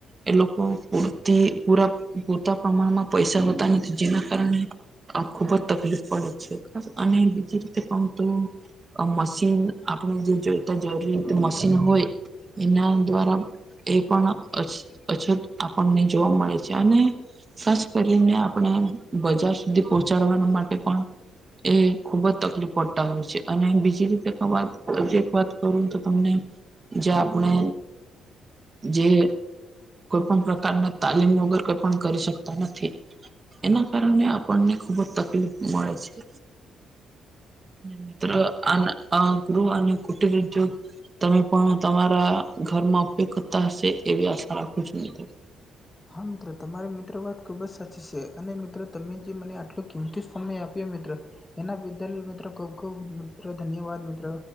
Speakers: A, on the right; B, on the left.
A: એ, લોકો પૂરતી પરા પૂરતા પ્રમાણમાં. પૈસા હોતા, જેના કારણે આ ખુબ જ તકલીફ પડે છે, ખાસ અને બીજી રીતે પણ તો મશીન, આપણે જે જોઈતા જરૂરી મશીન હોય, એના દ્વારા એ પણ અછત આપણને જોવા મળે છે, અને ખાસ કરીને, આપણે બજાર સુધી પહોંચાડવાનું માટે પણ એ ખુબ જ તકલીફ પડતા હોય છે, અને બીજી રીતે વાત વાત કરું. તમને જે આપણે જે કોઈ પણ પ્રકારના તાલીમ વગર કોઈ પણ કરી શકતા નથી. એના કારણે આપણને ખુબ જ તકલીફ મળે છે. મિત્ર અને. ગહ અને કુટરત તમે પણ તમારા ઘરમાં અ કતા હશે, એવી આશા રાખું છે ન ત.
B: હા, મિત્રો, તમારી મિત્રો વાત ખૂબ જ સાચી છે, અને મિત્રો, તમે જે મને આટલી કિંમતી સમય આપ્યો, મિત્રો, એના બદલ મિત્રો ખુબ ખુબ મિત્રો ધન્યવાદ, મિત્રો.